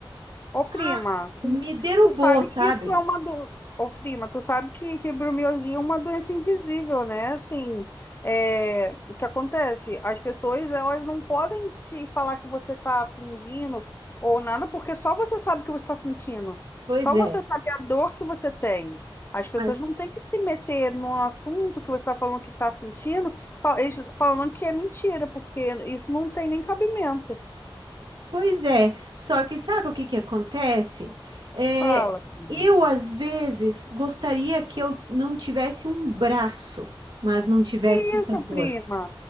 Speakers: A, on the left; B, on the right.
A: Ô, prima,
B: Ah,
A: tu,
B: me derrubou,
A: tu sabe
B: sabe?
A: que isso é uma do... Ô, prima, tu sabe que fibromialgia é uma doença invisível, né? Assim, é, o que acontece? As pessoas, elas não podem te falar que você tá fingindo ou nada, porque só você sabe o que você está sentindo.
B: Pois
A: Só
B: é,
A: você sabe a dor que você tem. As pessoas
B: mas
A: não têm que se meter no assunto que você está falando que está sentindo, fal- eles falando que é mentira, porque isso não tem nem cabimento.
B: pois é. Só que sabe o que que acontece? É,
A: Fala, prima.
B: eu às vezes gostaria que eu não tivesse um braço, mas não tivesse
A: Que
B: essas
A: isso,
B: dor.
A: prima?